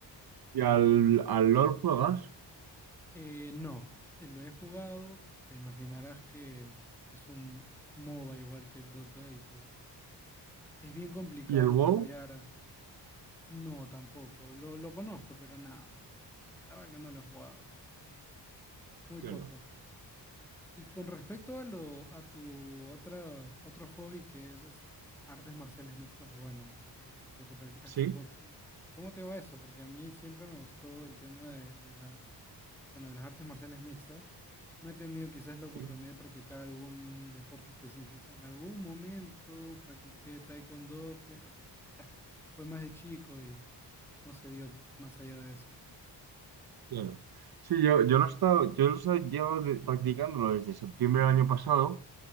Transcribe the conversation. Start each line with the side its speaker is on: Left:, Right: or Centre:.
Right: ¿Y al, al LOL juegas?
Centre: Eh, no, eh, lo he jugado, te imaginarás que es un MOBA igual que el Dota y pues... Es bien complicado
Right: ¿Y el WoW?
Centre: cambiar. No, tampoco. Lo, lo conozco, pero nada, no, no, La verdad que no lo he jugado, o sea, muy
Right: Claro.
Centre: poco. Y con respecto a lo, a tu otra, otro hobby que es este, artes marciales mixtas, o bueno, eh, lo que practicas
Right: Sí,
Centre: kickboxing, ¿cómo te va eso? Porque a mí siempre me gustó el tema de, de la, bueno, de las artes marciales mixtas, no he tenido quizás la
Right: sí,
Centre: oportunidad de practicar algún deporte específico. En algún momento practiqué taekwondo, pero ah, fue más de chico y no se dio más allá de eso.
Right: claro. Sí, yo, yo lo he estado, yo lo he llevado de- practicándolo desde septiembre del año pasado